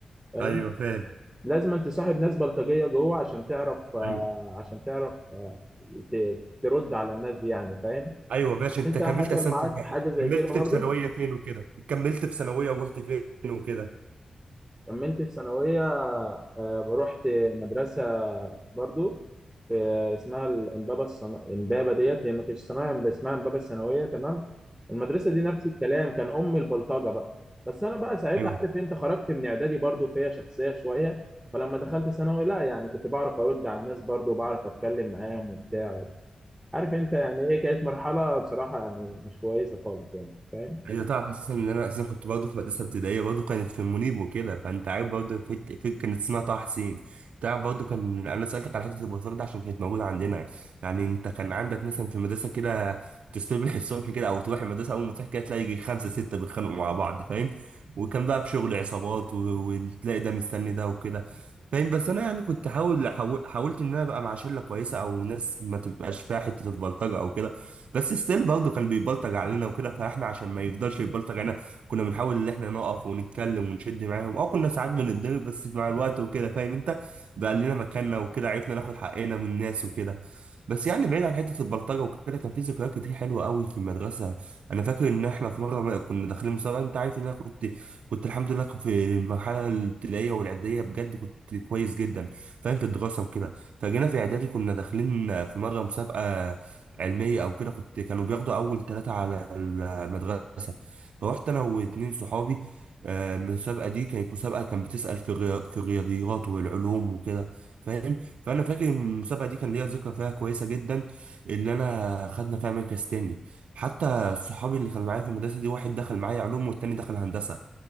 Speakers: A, in the centre; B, on the right (about 75°).
A: فاهم
B: ايوه فاهم
A: لازم انت تصاحب ناس بلطجيه جوه عشان تعرف آه،
B: ايوه
A: عشان تعرف ت- ترد على الناس دي يعني فاهم
B: ايوه ماشي انت
A: انت
B: كملت
A: حصل
B: اصلا
A: معاك
B: في الجامعة.
A: حاجه زي
B: كملت
A: كده برضو
B: في ثانويه فين وكده كملت في ثانويه ورحت فين وكده
A: كملت في ثانوية آه، رحت مدرسة برضو في اسمها الإمبابة الصنا... إمبابة ديت هي ما كانتش صناعة اسمها إمبابة الثانوية تمام المدرسة دي نفس الكلام كان أم البلطجة بقى بس أنا بقى ساعتها
B: ايوه
A: عارف أنت خرجت من إعدادي برضو فيها شخصية شوية فلما دخلت ثانوي لا يعني كنت بعرف أرد على الناس برضو وبعرف أتكلم معاهم وبتاع عارف أنت يعني إيه كانت مرحلة بصراحة يعني مش كويسة خالص يعني فاهم
B: ايوه تعرف اساسا ان انا اساسا كنت برضه في مدرسه ابتدائيه برضه كانت في المنيب وكده فانت عارف برضه في... في... كانت اسمها طه حسين تعرف برضه كان انا سالتك على حته البطاطا ده عشان كانت موجوده عندنا يعني انت كان عندك مثلا في المدرسه كده تصبح الصبح كده او تروح المدرسه اول ما تصحى كده تلاقي يجي خمسه سته بيتخانقوا مع بعض فاهم وكان بقى في شغل عصابات و... وتلاقي ده مستني ده وكده فاهم بس انا يعني كنت حاول حاول- حاولت ان انا ابقى مع شله كويسه او ناس ما تبقاش فيها حته البلطجه او كده بس ستيل برضه كان بيبلطج علينا وكده فاحنا عشان ما يفضلش يبلطج علينا كنا بنحاول ان احنا نقف ونتكلم ونشد معاهم اه كنا ساعات بنتضرب بس مع الوقت وكده فاهم انت بقى لنا مكاننا وكده عرفنا ناخد حقنا من الناس وكده بس يعني بعيد عن حته البلطجه وكده كان في ذكريات كتير حلوه قوي في المدرسه انا فاكر ان احنا في مره ما كنا داخلين مسابقه انت عارف ان انا كنت كنت الحمد لله في المرحله الابتدائيه والاعداديه بجد كنت كويس جدا فاهم في الدراسه وكده فجينا في اعدادي كنا داخلين في مره مسابقه علميه او كده كنت كانوا بياخدوا اول ثلاثه على المدرسه فروحت انا واتنين صحابي آه، المسابقه دي كانت مسابقه كان بتسال في الريا- في الرياضيات والعلوم وكده فاهم فانا فاكر المسابقه دي كان ليا ذكرى فيها كويسه جدا اللي انا خدنا فيها مركز تاني حتى صحابي اللي كانوا معايا في المدرسه دي واحد دخل معايا علوم والتاني دخل هندسه